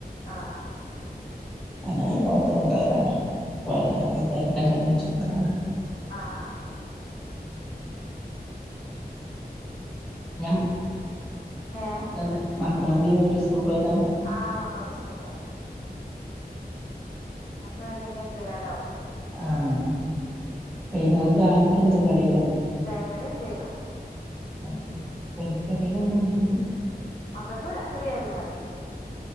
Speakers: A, on the left; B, in the centre.
A: ആഹ്
B: അങ്ങനെ <unintelligible> ഒണ്ട പോതാ <unintelligible> കല്യാണം കയിച്ചപ്പെഴാന്ന്.
A: ആഹ് ആഹ്.
B: ഉം. ഞം
A: ഏഹ്
B: തന്നെ. ക്കളെന്തേ ന്ന്ട്ട് സ്കൂൾ പോയതാ.
A: ആ മക്കക്കെ സ്കൂൾ പോയ് ഞ്ഞൊക്കെ വര്ണെങ്കി അഞ്ചേ കാലാവും.
B: ആഹ്. വൈന്നാരം ചായക്ക് എന്തേലും കടി
A: ബേക്കറി എന്തേലും.
B: ഉം പൊരിക്കടിയേള് ഒന്നും ഇല്ല
A: മക്കക്ക് വേക്കറിയായാലും മതി.